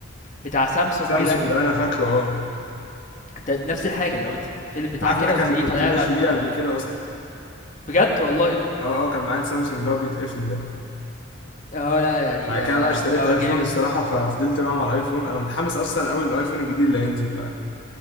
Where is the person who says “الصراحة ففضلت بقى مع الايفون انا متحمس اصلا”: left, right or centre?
Left